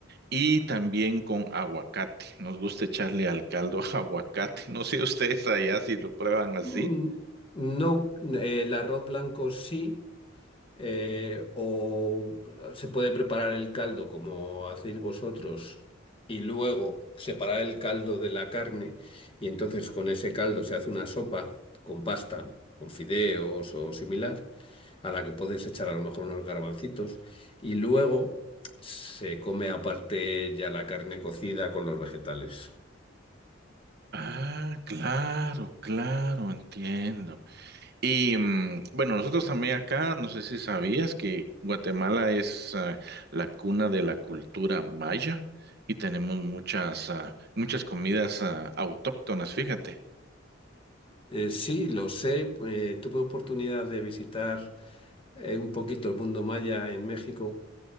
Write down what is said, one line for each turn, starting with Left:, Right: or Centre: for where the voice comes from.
Right: Y también con aguacate. Nos gusta echarle al caldo <laughs> aguacate. No sé ustedes allá si lo prueban
Left: Mm,
Right: así.
Left: No, eh, el arroz blanco sí. eh, o se puede preparar el caldo como hacéis vosotros y luego separar el caldo de la carne y entonces con ese caldo se hace una sopa con pasta, con fideos o similar, a la que podéis echar a lo mejor unos garbancitos y luego se come aparte ya la carne cocida con los vegetales.
Right: Ah, claro, claro, entiendo. Y mm, bueno, nosotros también acá, no sé si sabías que Guatemala es ah, la cuna de la cultura maya y tenemos muchas, ah, muchas comidas ah, autóctonas, fíjate.
Left: Eh, sí, lo sé, eh, tuve oportunidad de visitar eh, un poquito el mundo maya en México